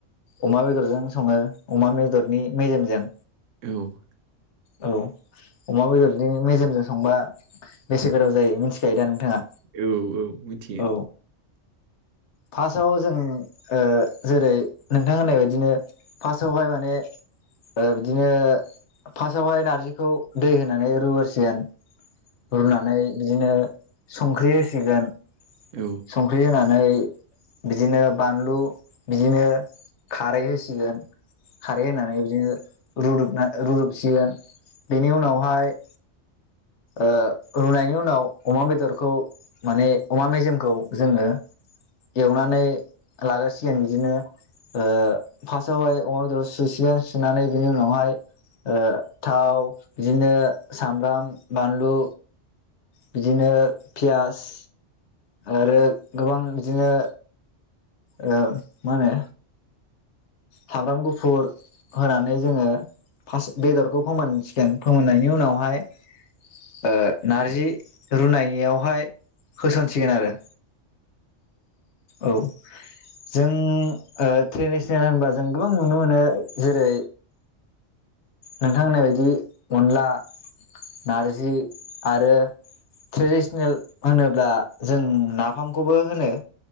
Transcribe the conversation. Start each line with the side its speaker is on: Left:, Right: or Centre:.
Left: अमा बेदरजों सङो अमा बेदरनि मेजेमजों।
Right: औ
Left: औ अमा बेदरनि मेजेमजों संबा बेसे गोथाव जायो मिन्थिखायो दा नोंथाङा?
Right: औ औ मोनथियो।
Left: औ फार्स्टआव जों ओ जेरै नोंथां होननाय बायदिनो फार्स्टावहाय माने ओ बिदिनो फार्स्टावहाय नारजिखौ दै होनानै रुगोरसिगोन। रुनानै बिदिनो संख्रि होसिगोन।
Right: औ
Left: संख्रि होनानै बिदिनो बानलु बिदिनो खारै होसिगोन। खारै होनानै बिदिनो रुदुबना रुदुबसिगोन बेनि उनावहाय ओ रुनायनि उनाव अमा बेदरखौ माने अमा मेजेमखौ जोङो एवनानै लागोरसिगोन बिदिनो ओ फास्ट सावहाय अमा बेदर सुसिगोन सुनानै बेनि उनावहाय ओ थाव बिदिनो सामब्राम बानलु बिदिनो पियास आरो गोबां बिदिनो ओ मा होनो सामब्राम गुफुर होनानै जोङो फास्त बेदरखौ फोमोनसिगोन फोमोननायनि उनावहाय ओ नारजि रुनाययावहाय होसनसिगोन आरो। औ जों ओ ट्रेडिसनेल होनबा जों गोबां नुनो मोनो जेरै नोंथां होननाय बायदि अनला नारजि आरो ट्रेडिसनेल होनोब्ला जों नाफामखौबो होनो।